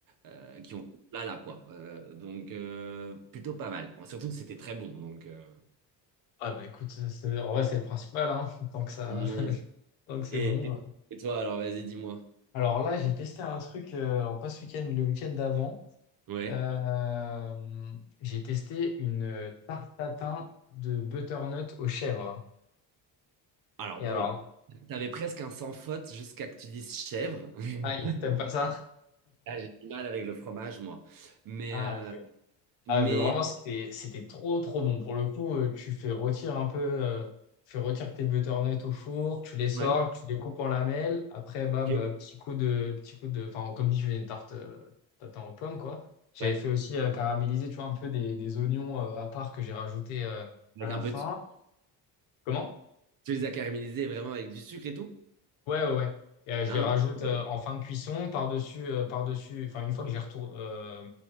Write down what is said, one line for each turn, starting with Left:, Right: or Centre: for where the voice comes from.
Right: euh, qui ont là là quoi. Euh, donc euh, plutôt pas mal. Enfin, Surtout que c'était très bon. Donc euh,
Left: Ah bah écoute, c'est- en vrai, c'est le principal, hein, <laughs> tant que ça,
Right: ouais.
Left: <laughs> tant que c'est
Right: Et,
Left: bon.
Right: et- et toi alors, vas-y, dis-moi.
Left: Alors là, j'ai testé un truc, euh, alors pas ce week-end, le week-end d'avant.
Right: Ouais.
Left: Euh, j'ai testé une tarte tatin de butternut aux chèvres.
Right: Alors
Left: Et
Right: bon,
Left: alors,
Right: t'avais presque un sans faute jusqu'à que tu dises chèvre.
Left: ah,
Right: <laughs>
Left: t'aimes pas ça?
Right: Là, j'ai du mal avec le fromage, moi. Mais,
Left: Ah,
Right: euh,
Left: ok. Ah
Right: mais...
Left: ouais, mais vraiment, c'était, c'était trop, trop bon. Pour le coup, euh, tu fais retirer un peu, euh, tu fais retirer tes butternuts au four, tu les sors,
Right: Ouais.
Left: tu les coupes en lamelles. Après, bam,
Right: ok.
Left: euh, petit coup de, petit coup de, enfin, comme dit, je fais une tarte, euh, tatin aux pommes, quoi. J'avais
Right: Ouais.
Left: fait aussi euh, caraméliser, tu vois, un peu des, des oignons euh, à part que j'ai rajouté euh,
Right: Avec
Left: à la
Right: un peu
Left: fin.
Right: de...
Left: Comment?
Right: Tu les as caramélisés vraiment avec du sucre et tout?
Left: Ouais, ouais, ouais. Et, euh, je
Right: Ah,
Left: les rajoute
Right: bah, oui.
Left: euh, en fin de cuisson, par-dessus, euh, par-dessus, enfin, une fois que j'ai retour, euh,